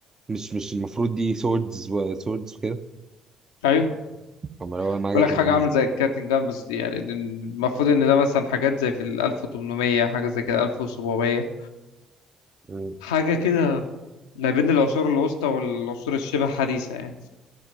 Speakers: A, on the right (about 25°); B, on the left (about 70°).
A: مش مش المفروض دي سوردز وسوردز وكده
B: ايوه
A: امال هو معاه
B: بقول
A: جاتلين
B: لك حاجه
A: جان
B: عامله
A: ازاي؟
B: زي الكابتن جان بس يعني المفروض ان ده مثلا حاجات زي في ال 1800 حاجه زي كده 1700
A: مم.
B: حاجه كده ما بين العصور الوسطى والعصور الشبه حديثة يعني